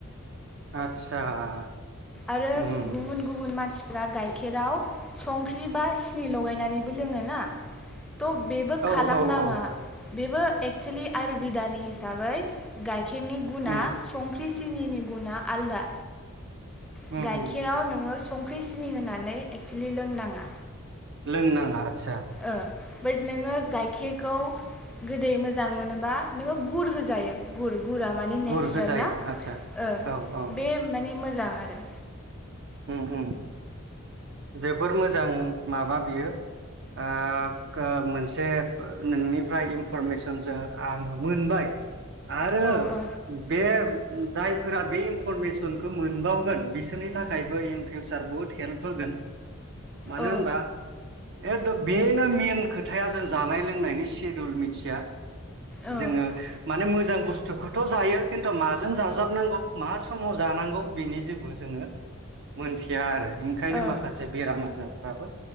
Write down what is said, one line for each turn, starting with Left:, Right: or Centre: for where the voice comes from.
Right: आतसा आ
Centre: आरो
Right: उम
Centre: गुबुन गुबुन मानसिफ्रा गाइखेराव संख्रि बासि लगायनानैबो लोंङो ना थ बेबो
Right: औ
Centre: खालामनांङा
Right: औ औ
Centre: बेबो एक्सवलि आयर बिधानि हिसाबै गायखे गाइखेरनि गुना
Right: उम
Centre: संख्रि सिनिनि गुना आलदा <unintelligible>
Right: उम
Centre: गाइखेराव
Right: उम
Centre: नोंङो सं सिनि होनानै एक्सुेलि लोंनाङा
Right: लोंनाङा आस
Centre: ओ बाट नोंङो गाइखेरखौ गोदै मोजां मोनोबा नोंङो गुर होजायो गुर गुरा माने नेचारेल
Right: गुर होजायो
Centre: ना
Right: आदसा
Centre: ओ
Right: औ औ
Centre: बे माने मो मोजां आरो।
Right: उम उम बेफोर मोजां माबा बियो ओ‌ मोनसे नोंनिफ्राय इनफरमेसन जों आङो मोनबाय आरो
Centre: औ औ
Right: बे। जायफोरा बे इनफरमेसनखौ मोनबावगोन बिसोरनि थाखायबो इन फिउचार बहुत हेल्प होगोन। मानो
Centre: औ
Right: होनबा एद बेनो मेन खोथाया जों जानाय लोंनायनि सिदुल मिथिया।
Centre: औ
Right: जोंङो माने मोजां बुस्थुखौथ जायो खिन्थु माजों जाजाबनांगौ मा समाव जानांगौ बेनि जेबो जोंङो मोनथिया आरो। ओंखायनो
Centre: औ
Right: माखासे बेराम आजारफ्राबो